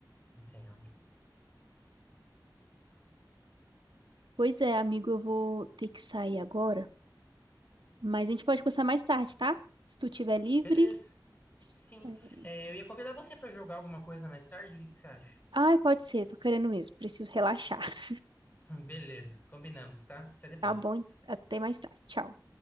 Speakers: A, on the left (about 20°); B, on the right (about 85°).
A: entendo.
B: Pois é, amigo, eu vou ter que sair agora. Mas a gente pode conversar mais tarde, tá? Se tu tiver livre.
A: Beleza. Sim,
B: É...
A: É, eu ia convidar você para jogar alguma coisa mais tarde, o que que você acha?
B: Ai, pode ser, tô querendo mesmo. Preciso relaxar. <laughs>
A: <laughs> Beleza, combinamos, tá? Até depois.
B: Tá bom, até mais tarde. Tchau.